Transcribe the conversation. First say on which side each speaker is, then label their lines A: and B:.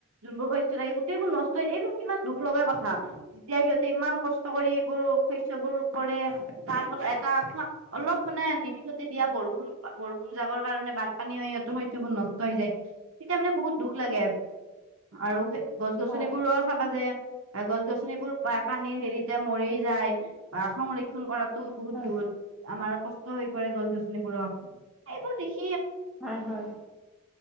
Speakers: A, on the right (about 70°); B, in the centre.
A: যোনবোৰ হৈছে লাগে গোটেইবোৰ নষ্ট ইমান দুখ লগা কথা যেতিয়া সিহঁতে ইমান কষ্ট কৰি এইবোৰ শস্যবোৰ কৰে তাৰপাছত এটা অলপ নিমিষতে দিয়া বৰষুণ বৰষুণ জাকৰ কাৰণে বানপানী হয় সিহঁতৰ শস্যবোৰ নষ্ট হৈ যায়। তেতিয়া মানে বহুত দুখ লাগে আৰু গছ
B: হয়
A: গছনিবোৰ চাবা যে গছ গছনিবোৰ পানীৰ হেৰিতে মৰি যায়। বা সংৰক্ষন কৰাতো বহুত
B: হয়
A: দূৰত আমাৰ কষ্ট হৈ পৰে গছ গছনিবোৰক এইবোৰ দেখি
B: হয় হয়